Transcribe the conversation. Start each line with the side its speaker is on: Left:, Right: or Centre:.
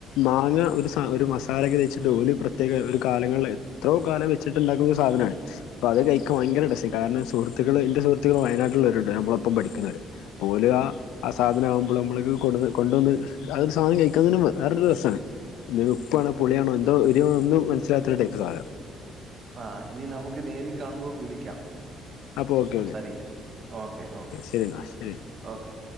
Left: മാങ്ങ ഒരു ഒരു മസാലൊക്കെ തേച്ചിട്ട് പ്ര പ്രത്യേക ഒരു കാലങ്ങളിൽ എത്രോ കാലം വെച്ചിട്ടുണ്ടാക്കുന്ന ഒരു സാധനാണ് അപ്പ അത് കയിക്ക ഭയങ്കര രസം കാരണം സുഹൃത്തുക്കൾ എന്റെ സുഹൃത്തുക്കൾ വയനാട്ടിൽവരുണ്ട്മ്മളപ്പം പഠിക്കുന്നര് പോല് ആ ആ സാധനം ആവും ഇപ്പോൾ നമ്മൾക്ക് കൊണ്ട്ന്ന് കൊണ്ടുവന്ന് അതൊരു സാധനം കയിക്കാൻ തന്നെ വേറൊരു രസമാണ് ഉപ്പാണോ പുളിയാണോ എന്തോ എരിവൊന്നും മനസിലാത്ത ഒരു ടൈപ്പ് സാധനം
Right: ആ ഇനി നമുക്ക് നേരി കാണുമ്പോ വിളിക്കാം
Left: അപ്പൊ ഓക്കെ
Right: സംസാരിക്കാം
Left: ഓക്കെ
Right: ഓക്കെ ഓക്കെ
Left: ശരി എന്നാ ശരി
Right: ഓക്കെ